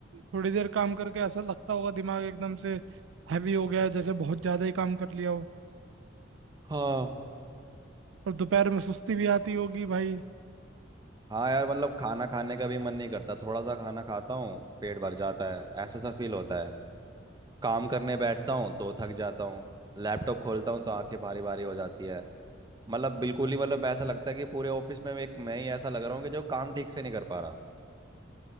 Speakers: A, on the right (about 75°); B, on the right (about 20°).
A: थोड़ी देर काम करके ऐसा लगता होगा दिमाग एकदम से हैवी हो गया है जैसे बहुत ज़्यादा ही काम कर लिया हो
B: हाँ
A: और दोपहर में सुस्ती भी आती होगी भाई
B: हाँ यार मतलब खाना खाने का भी मन नहीं करता थोड़ा सा खाना खाता हूँ पेट भर जाता है ऐसा सा फील होता है काम करने बैठता हूँ तो थक जाता हूँ लैपटॉप खोलता हूँ तो आंखें भारी भारी हो जाती है मतलब बिल्कुल ही मतलब ऐसा लगता है कि पूरे ऑफिस में एक मैं ही ऐसा लग रहा हूँ कि जो काम ठीक से नहीं कर पा रहा